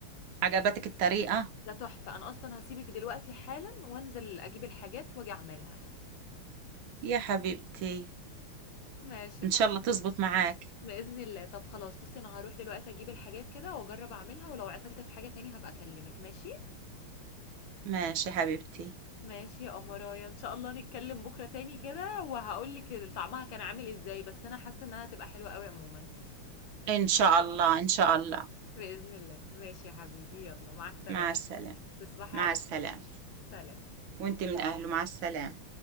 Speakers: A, on the right; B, on the left.
A: عجبتك الطريقة
B: ده تحفه انا اصلا هسيبك دلوقتي حالا وانزل اجيب الحاجات واجي اعملها
A: يا حبيبتي
B: ماشي
A: ان
B: خلاص
A: شاء الله تزبط معاك
B: بإذن الله طب خلاص بصي انا هروح دلوقتي اجيب الحاجات كده واجرب اعملها ولو عطلت في حاجة تاني هبقى اكلمك ماشي
A: ماشي حبيبتي
B: ماشي يا أمرايا ان شاء الله نتكلم بكرة تاني كده وهقولك طعمها كان عامل ازاي بس انا حاسة انها هتبقى حلوة قوي عموما
A: ان شاء الله ان شاء الله
B: بإذن الله ماشي يا حبيبي يلا مع السلامة
A: مع السلامة
B: تصبحي
A: مع
B: على
A: السلامة
B: خير. سلام
A: وانت من اهله مع السلامة